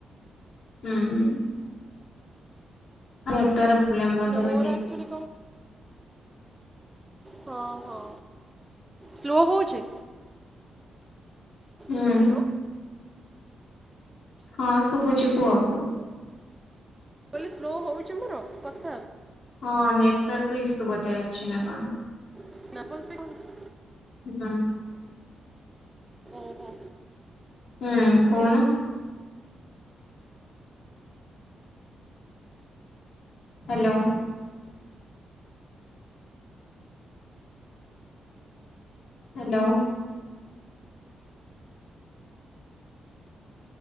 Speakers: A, on the left; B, on the right.
A: ହୁଁ- ଆମ୍ ତାର ଫ୍ଲେମ୍ପର
B: ନା
A: <unintelligible>
B: ମୋର ଆକ୍ଚୁଆଲି ହଉ-ହଉ ସ୍ଲୋ ହଉଚି?
A: ହୁଁ।
B: ହ୍ୟାଲୋ
A: ହଁ ଶୁବୁଚି କୁହ। କୁହ
B: କହିଲି ସ୍ଲୋ ହଉଚି ମୋର କଥା?
A: ହଁ ନେଟୱାର୍କ ଇସୁ ବୋଧେ ଅଛି ନା କଣ।
B: <unintelligible>
A: ହୁଁ।
B: ଓହୋ
A: ହୁଁ କହୁନ। ହାଲୋ। ହାଲୋ।